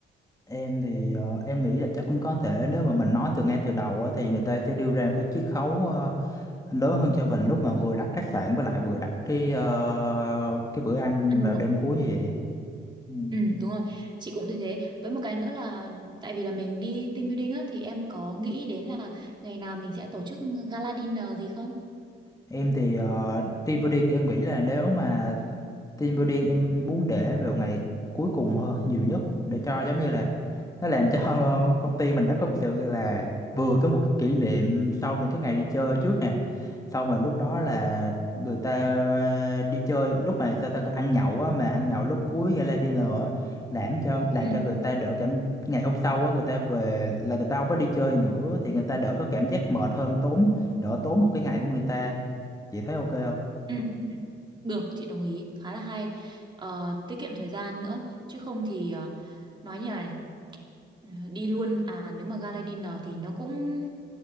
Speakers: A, on the left; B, on the right.
A: em thì ờ, em nghĩ là chắc cũng có thể nếu mà mình nói từ ngay từ đầu á, thì người ta sẽ đưa ra một cái chiết khấu ờ, lớn hơn cho mình lúc mà vừa đặt khách sạn với lại vừa đặt cái ờ, cái bữa ăn
B: ăn
A: vào
B: uống
A: đêm cuối như vậy Ừ.
B: Ừ đúng rồi, chị cũng thấy thế. Với một cái nữa là tại vì là mình đi team building á thì em có nghĩ đến là ngày nào mình sẽ tổ chức gala dinner gì không?
A: em thì uh, team building em nghĩ là nếu mà Team building em muốn để vào ngày cuối cùng hơn nhiều nhất để cho giống như là nó làm cho <laughs> công ty mình nó có sự là vừa có một cái kỷ niệm sau những cái ngày đi chơi trước nè xong rồi lúc đó là người ta ờ, đi chơi lúc mà ta ta ăn nhậu á mà ăn nhậu lúc cuối gala dinner á làm cho làm
B: Ừ,
A: cho người ta đỡ cảm ngày hôm sau á người ta về là người ta không có đi chơi nữa thì người ta đỡ có cảm giác mệt hơn tốn đỡ tốn một cái ngày của người ta chị thấy ok không?
B: ừ, Được, chị đồng ý, khá là hay. Ờ, tiết kiệm thời gian nữa chứ không thì ờ, nói như này ờ, đi luôn à nếu mà gala dinner thì nó cũng